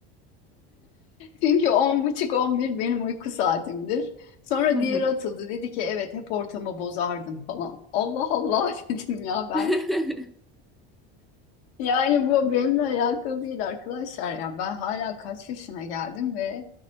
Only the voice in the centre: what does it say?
Hı hı.
<laughs>